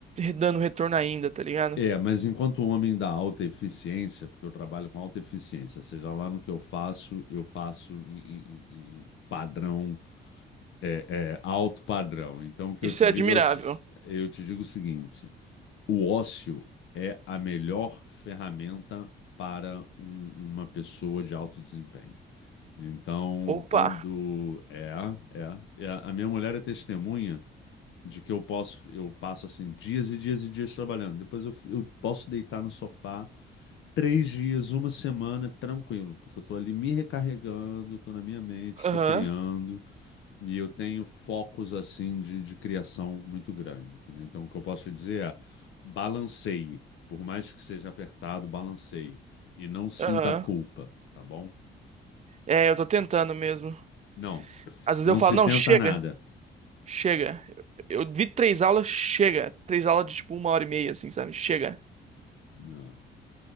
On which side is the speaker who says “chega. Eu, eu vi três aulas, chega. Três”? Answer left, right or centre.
Right